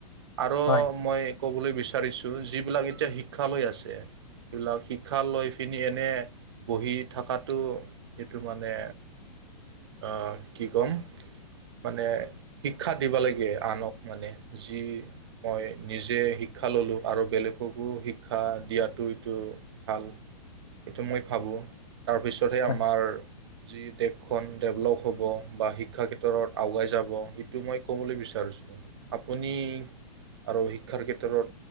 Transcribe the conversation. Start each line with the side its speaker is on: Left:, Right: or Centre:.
Right: আৰু
Left: হয়
Right: মই ক'বলৈ বিচাৰিছোঁ যিবিলাক এতিয়া শিক্ষা লৈ আছে এইবিলাক শিক্ষা লৈ পিনি এনে বহি থকাতো এইটো মানে
Left: <inaudible>
Right: আহ, কি কয় মানে শিক্ষা দিব লাগে আনক মানে, যি মই নিজে শিক্ষা শিক্ষা ল'লোঁ আৰু বেলেগকো শিক্ষা দিয়াতটো এইটো ভাল। সেইটো মই ভাবোঁ তাৰপিছতহে
Left: হয়
Right: আমাৰ যি দেশখন ডেভলপ হ'ব বা শিক্ষাৰ ক্ষেত্ৰত আগুৱাই যাব সেইটো মই ক'বলৈ বিচাৰিছোঁ। আপুনি আমি আৰু শিক্ষাৰ ক্ষেত্ৰত